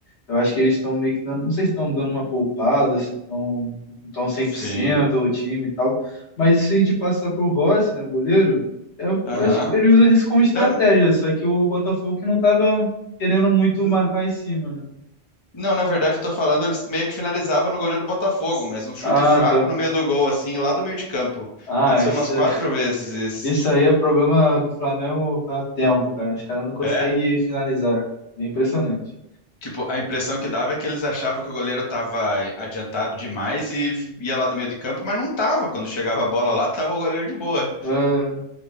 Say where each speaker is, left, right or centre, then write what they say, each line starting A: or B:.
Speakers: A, on the left (about 80°); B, on the left (about 30°).
A: Eu acho que eles estão meio que dando, não sei se estão dando uma poupada, se estão estão cem
B: Sim.
A: por cento o time e tal, mas isso aí de passar pro Rossi, né, o goleiro, eu
B: Aham.
A: acho que ele usa isso como estratégia,
B: Não,
A: só que o Botafogo que não tava querendo muito
B: não.
A: marcar em cima, né?
B: Não, na verdade, eu tô falando, eles meio que finalizava no goleiro do Botafogo, mas um chute
A: Ah,
B: fraco
A: tá.
B: no meio do gol, assim, lá do meio de campo.
A: Ah,
B: Aconteceu
A: isso,
B: umas quatro vezes isso.
A: isso aí é problema do Flamengo há tempo, cara. Os caras não conseguem
B: É,
A: finalizar. É impressionante.
B: tipo, a impressão que dava é que eles achavam que o goleiro tava adiantado demais e f- ia lá do meio de campo, mas não tava. Quando chegava a bola lá, tava o goleiro de boa.
A: Ah,